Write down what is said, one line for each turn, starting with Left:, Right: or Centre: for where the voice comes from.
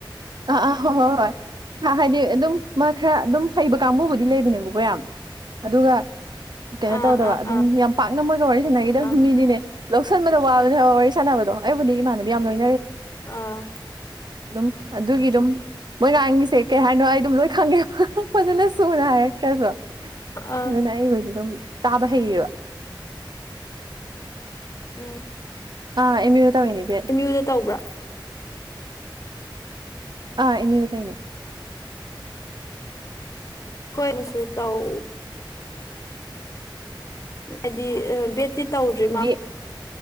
Right: ꯑ ꯑꯥ ꯍꯣ ꯍꯣꯏ ꯍꯣꯏ ꯍꯥꯏꯗꯤ ꯑꯗꯨꯝ ꯈꯔ ꯑꯗꯨꯝ ꯍꯩꯕ ꯀꯥꯡꯕꯨꯕꯨꯗꯤ ꯂꯩꯕꯅꯦꯕꯀꯣ ꯌꯥꯝ ꯑꯗꯨꯒ ꯀꯩꯅꯣ
Left: ꯑꯥ
Right: ꯇꯧꯗꯕ
Left: ꯑꯥ
Right: ꯑꯗꯨꯝ
Left: ꯑꯥ
Right: ꯌꯥꯝ ꯄꯥꯛꯅ ꯃꯣꯏꯒ ꯋꯥꯔꯤ ꯁꯥꯟꯅꯈꯤꯗꯝ
Left: ꯑꯥ
Right: ꯃꯤꯅꯤꯅꯦ ꯂꯧꯁꯟꯕꯗ ꯋꯥꯕꯗ ꯋꯥꯔꯤ ꯁꯥꯟꯅꯕꯗꯣ ꯑꯩꯕꯨꯗꯤ ꯏꯃꯥꯟꯅꯕꯤ ꯌꯥꯝ ꯂꯣꯏꯅ
Left: ꯑꯥ
Right: ꯑꯗꯨꯝ ꯑꯗꯨꯒꯤ ꯑꯗꯨꯝ ꯃꯣꯏ ꯉꯥꯡꯒꯤꯁꯦ ꯀꯩ ꯍꯥꯏꯅꯣ ꯑꯩ ꯑꯗꯨꯝ ꯂꯣꯏ ꯈꯪꯉꯦ ꯐꯖꯅ ꯁꯨꯅ ꯍꯥꯏꯔꯛꯇ꯭ꯔꯁꯨ
Left: ꯑꯥ
Right: ꯑꯗꯨꯅ ꯑꯩꯕꫭꯏꯗꯤ ꯑꯗꯨꯝ ꯇꯥꯕ ꯍꯩꯌꯦꯕ
Left: ꯎꯝ
Right: ꯑꯥ ꯑꯦꯝ ꯌꯨꯗ ꯇꯧꯔꯤꯅꯦ
Left: ꯎ
Right: ꯕꯤ ꯑꯦꯗ
Left: ꯑꯦꯝ ꯌꯨꯗ ꯇꯧꯕ꯭ꯔꯥ
Right: ꯑꯥ ꯑꯃꯤ ꯇꯅꯦ
Left: ꯀꯣꯏꯅ ꯁꯨ ꯇꯧ ꯍꯥꯏꯕꯗꯤ ꯕꯦꯠꯇꯤ ꯇꯧꯗ꯭ꯔꯤ ꯃꯥ
Right: ꯕꯤ